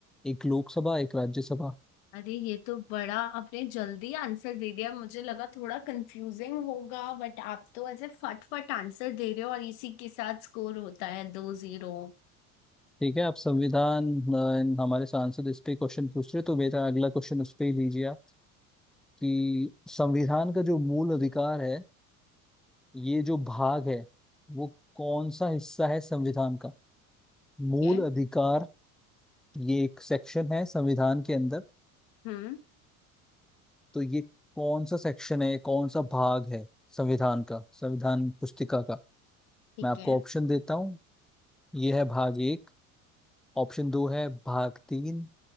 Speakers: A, in the centre; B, on the left (about 65°).
A: एक लोकसभा एक राज्यसभा
B: अरे ये तो बड़ा आपने जल्दी आंसर दे दिया मुझे लगा थोड़ा कंफ्यूजिंग होगा बट आप तो ऐसे फटफट आंसर दे रहे हो और इसी के साथ स्कोर होता है दो जीरो
A: ठीक है आप संविधान अ, हमारे सांसद इस पे क्वेश्चन पूछ रहे तो मेरा अगला क्वेश्चन उस पे ही लीजिए आप कि संविधान का जो मूल अधिकार है ये जो भाग है वो कौन सा हिस्सा है संविधान का मूल
B: ठीक है
A: अधिकार ये एक सेक्शन है संविधान के अंदर
B: हम्म
A: तो ये कौन सा सेक्शन है कौन सा भाग है संविधान का संविधान पुस्तिका का
B: ठीक
A: मैं आपको
B: है
A: ऑप्शन देता हूँ ये है भाग एक ऑप्शन दो है भाग तीन